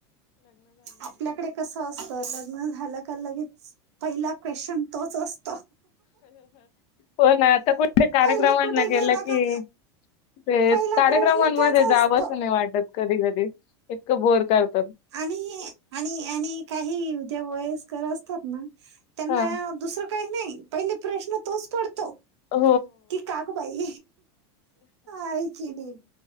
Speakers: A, on the right; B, on the left.
A: आपल्याकडे कस असत लग्न झाला का लगेच. पहिला क्वेश्चन तोच असतो.
B: हो ना आ कुठं कार्यक्रमला
A: पहिले कुठे
B: गेल
A: गेला
B: की
A: का
B: ते
A: पहिला
B: कार्यक्रमांमध्ये
A: प्रश्न तोच
B: जाव
A: असतो
B: अस नाही वाटत कधी कधी इतकं बोर करत.
A: आणि आणि आणि काही उद्या वयस्कर असतात ना. त्यांना
B: हा
A: दुसरं काही नाही पहिले प्रश्न तोच पडतो.
B: हो,
A: कि का गं बाई ऐकली.